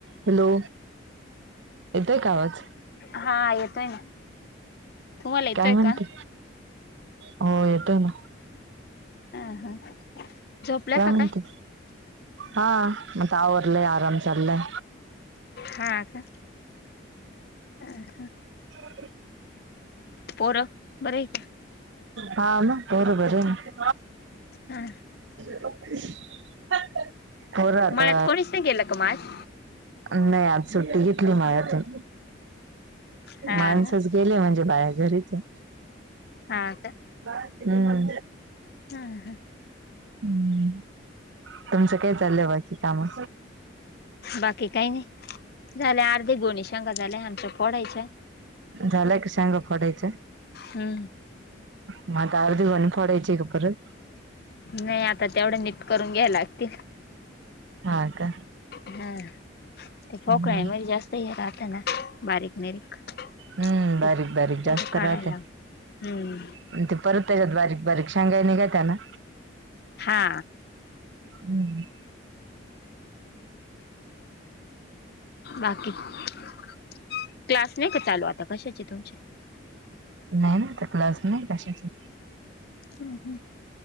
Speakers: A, on the right; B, on the left.
A: Hello! येतोय का आवाज?
B: हा येतोय ना. तुम्हाला येतोय
A: काय म्हणते?
B: का
A: हो येतोय ना.
B: हा हा. झोपल्या
A: काय
B: का
A: म्हणते? हा आता आवरलंय आराम चालाय.
B: हा का? हा हा.
A: <inaudible>
B: पोरं बरं आहे
A: हा मग, बरोबर आहे.
B: का हा
A: <inaudible> हो राहता.
B: मळ्यात कोणीच नाही गेलं का मग आज
A: नाही आज सुट्टी घेतली मायातून.
B: हा
A: माणसच
B: हा
A: गेले म्हणजे बाया घरीचए.
B: हा का
A: हम्म.
B: हा हा.
A: हम्म, तुमचं काय चाललंय बाकी कामं?
B: बाकी काही नाही, झाल्या अर्ध्या गोणी शेंगा झाल्या आमच्या‌ फोडायच्या.
A: झालाय का शेंगा फोडायच्या?
B: हम्म.
A: मग आता अर्धी गोणी फोडायची का परत?
B: नाही आता तेवढं‌ नीट करून घ्यायला लागतील.
A: हा का?
B: हा,
A: हम्म
B: ते फोकळं आहे मग जास्त हे राहतं ना बारीक. निरीक
A: हम्म बारीक
B: ते तेवढं
A: बारीक जास्त
B: काढायला
A: राहतं.
B: हम्म
A: अन ते परत त्याच्यात बारीक बारीक शेंगा ही निघत ना.
B: हा
A: हम्म.
B: बाकी? क्लास नाही का चालू आता कशाचे तुमचे?
A: नाही ना आता क्लास नाही कशाचे.
B: हम्म हम्म.